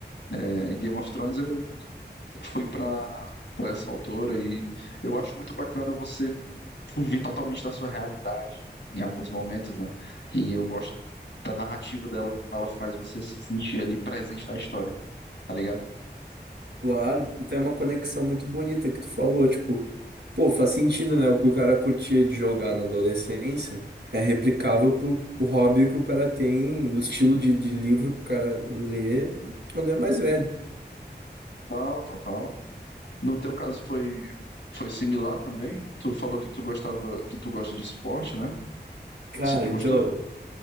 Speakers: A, on the left; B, on the right.
A: é, Game of Thrones, eu fui pra para essa autora e eu acho muito bacana você fugir totalmente da sua realidade em alguns momentos, né? E eu gosto da narrativa dela, como ela faz você se sentir ali presente na história, tá ligado?
B: claro. E tem uma conexão muito bonita que tu falou, tipo, pô, faz sentido, né? O que o cara curtia de jogar na adolescência é replicável pro hobby que o cara tem, o estilo de, de livro que o cara lê quando é mais velho.
A: Total, total. No teu caso foi foi similar também? Tu falou que tu gostava, que tu gosta de esporte, né?
B: Cara,
A: Tu sempre
B: então,
A: gostou?